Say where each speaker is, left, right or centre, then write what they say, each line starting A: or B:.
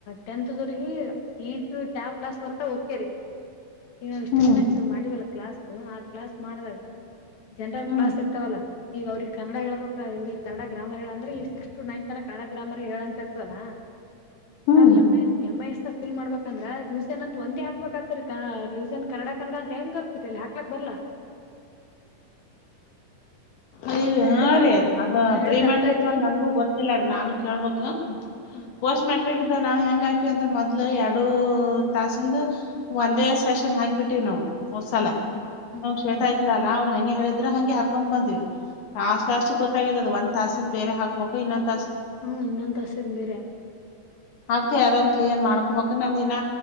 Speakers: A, on the left; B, on the left.
A: ಟೆಂತ್ದವರ್ಗಿ ಈಗ ಟ್ಯಾಬ ಕ್ಲಾಸ್ ಬರ್ತಾವ ಓಕೇರಿ ಇ ಇಷ್ಟು
B: ಹ್ಮ್
A: ದಿನಕ್ಕೆ ಮಾಡಿವಲ್ಲ ಕ್ಲಾಸೂ ಕ್ಲಾಸ ಮಾಡಿದಾಗ ಜನರಲ್
B: ಹ್ಮ್
A: ಕ್ಲಾಸ ಇರ್ತಾವಲ್ಲ ಈಗ ಅವ್ರಿಗೆ ಕನ್ನಡ ಹೇಳ್ಬೇಕ ಇವ್ರಿಗೆ ಕನ್ನಡ ಗ್ರಾಮರ ಹೇಳ ಅಂದ್ರೆ ಈ ಸಿಕ್ಸ್ತ್ ಟು ನೈನ್ತ್ನ ಕನ್ನಡ ಗ್ರಾಮರ್ ಹೇಳಂತಿರ್ತಲ್ಲಾ
B: ಹ್ಮ್
A: ನಾವು ಎಮ ಎಮಐ. ಫೀಲ್ ಮಾಡ್ಬೇಕಂದ್ರೆ ರಿವಿಜನ್ ಅಂತ ಒಂದೇ ಹಾಕ್ಬೇಕಕ್ ಆಗ್ತ್ರಿ ರಿವಿಜನ್ ಕನ್ನಡ ಕನ್ನಡ ಅಂತ ಹೆಂಗ ಆಗ್ತರಿಲ್ಲಿ ಹಾಕ್ಲಕ್ ಬರಲ್ಲಾ
B: ಅರಿ
A: ನಾ
B: ಹಾ
A: ಹೇಳಿದ
B: ರೀ
A: ಅರ್
B: ಅದ
A: ನಾ ಹೇಳಿದ
B: ಪ್ರಿಮಾಟ್ರಿಕ್
A: ಅರ್ಥ ಆಯ್ತ್ರಿ
B: ಒಂದ್ ನನ್ಗೂ ಗೊತ್ತಿಲ್ಲ ರೀ ನಾನು ಕೇಳ್ಬೇಕ
A: ಹ್ಮ್
B: ಪೋಸ್ಟಟ್ರಿಕ್ ನಾವ್ ಹೆಂಗ ಹಾಕಿವವಿ ಅಂದ್ರೆ ಮೊದ್ಲ ಎರಡು ತಾಸಿಂದ ಒಂದೇ ಸೆಷನ್ ಹಾಕ್ಬಿಟ್ಟಿವ ನಾವು ಹೋದ ಸಲಾ
A: ಹ್ಮ್ ಹ್ಮ್ ಹ್ಮ್
B: ನಮ್ಮ
A: ಹ್ಮ್ ಹ್ಮ್
B: ಶ್ವೇತಾ
A: ಹ್ಮ್ ಹ್ಮ್
B: ಇದ್ಲ ಲಾ ಅವ್ರು ಹಂಗೆ ಹೇಳಿದ್ರ ಹಗೆ ಹಾಕೊಂಡ್ ಬಂದ್ವಿ ಲಾಸ್ಟ್ ಲಾಸ್ಟ್ ಗೊತ್ತಾಗೇತಿ ಅದ ಒಂದ್ ತಾಸಿಂದ ಬೇರೆ ಹಾಕ್ಬೇಕು ಇನ್ನೊಂದ
A: ಹ್ಮ್ ಇನ್ನೊಂದ್ ತಾಸಿದ ಬೇರೆ ಹಾಕ್ಬೇಕ
B: ಆಗ್ತ ಯಾವ್ದ್ ಕ್ಲಿಯರ್ ಮಾಡ್ಕೋಬೇಕಕ ನಂದ ಇನ್ನ